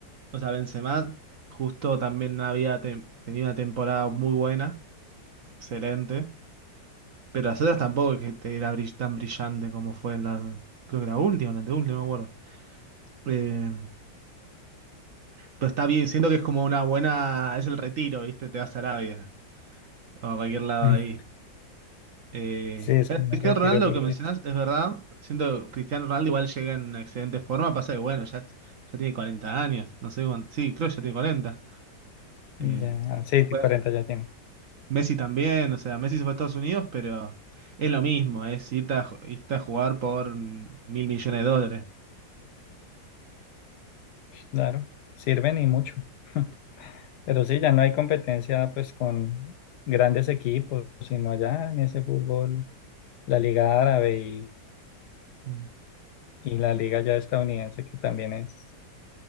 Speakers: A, on the right (about 55°); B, on the left (about 70°).
A: O sea, Benzema justo también no había tem- tenido una temporada muy buena, excelente, pero las otras tampoco es que te- era brill- tan brillante como fue en la, creo que la última, o la anteúltima, no me acuerdo. Eh, pero está bien, siento que es como una buena, es el retiro, ¿viste? Te vas a Arabia o a cualquier lado
B: Mm.
A: ahí. Eh,
B: Sí, es
A: eh,
B: un buen
A: Cristiano
B: retiro
A: Ronaldo
B: porque
A: que mencionás, es verdad. Siento que Cristiano Ronaldo igual llega en excelente forma. Pasa que, bueno, ya, ya tiene 40 años. No sé, cuán- sí, creo que ya tiene 40.
B: ya,
A: Eh,
B: sí,
A: bueno,
B: 40 ya tiene,
A: Messi también. O sea, Messi se fue a Estados Unidos, pero es lo mismo. Es irte a, ju- irte a jugar por mm, mil millones de dólares.
B: claro, sirven y mucho. <laughs> Pero sí, ya no hay competencia pues con grandes equipos, sino allá en ese fútbol, la Liga Árabe y,
A: Mm.
B: y la Liga ya estadounidense, que también es,